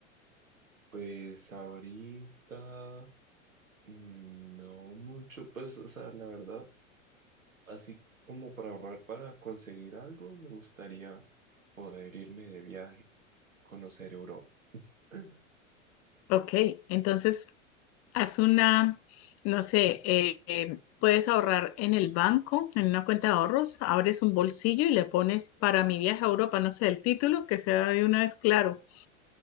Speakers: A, on the right; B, on the left.
A: pues ahorita mm, no mucho, pues o sea, la verdad, así como para ahorrar para conseguir algo, me gustaría poder irme de viaje conocer Europa. <clears throat>
B: Ok, entonces Haz una, no sé, eh, eh, puedes ahorrar en el banco, en una cuenta de ahorros, abres un bolsillo y le pones para mi viaje a Europa, no sé, el título, que sea de una vez claro.